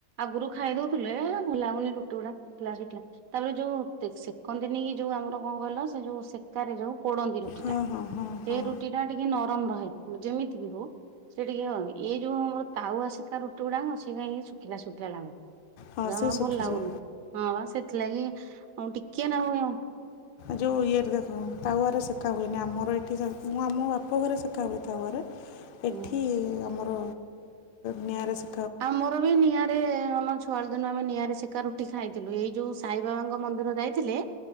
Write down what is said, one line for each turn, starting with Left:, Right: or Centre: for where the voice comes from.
Right: ଆଗରୁ ଖାଇ ଦଉଥିଲୁ ଏ ଭଲ ଲାଗଉନି ରୁଟି ଗୁଡା ଶା ଶିଖା ତାପରେ ଯୋଉ ସେକନ୍ତିନି କି ଯୋଉ ଆମର କଣ କହିଲ ସେ ଯୋଉ ସେ ଆରେ ଯୋଉ ପୋଡନ୍ତି ରୁଟି
Left: ହଁ
Right: ଟା
Left: ହଁ ହଁ ହଁ
Right: ସେଇ ରୁଟି ଟା ଟିକେ ନରମ ରହି ଯେମିତି ବି ହଉ। ସେ ଟିକେ ଏଇ ଯୋଉ ଆମର ତାଉଆ ସିକା ରୁଟି ଗୁଡାକ ସେ କା ଶୁଖିଲା ଶୁଖିଲା ଲାଗନ୍ତି।
Left: ହଁ
Right: କଣ
Left: ସେ ଶୁଖିଯିବ
Right: ଭଲ ଲାଗୁନି ହଁ ବା ସେଥିଲାଗି ଆଉ ଟିକିଏ ନାଗୁ
Left: ଯୋଉ ଇଏରେ ଦେଖ ତାୱରେ ସେକା ହୁଏନି ଆମର ଏଠି ମୁଁ ଆମ ବାପ ଘରେ ସେକା ହୁଏ ତାୱରେ। ଏଠି
Right: ଉଁ
Left: ଆମର ନିଆଁରେ ସେ
Right: ଆମର ବି ନିଆଁରେ ଆମ ଚୁ ପର ଦିନ ଆମେ ନିଆଁରେ ସେକା ରୁଟି ଖାଇଥିଲୁ ଏଇ ଯୋଉ ସାଇବାବାଙ୍କ ମନ୍ଦିର ଯାଇଥିଲେ।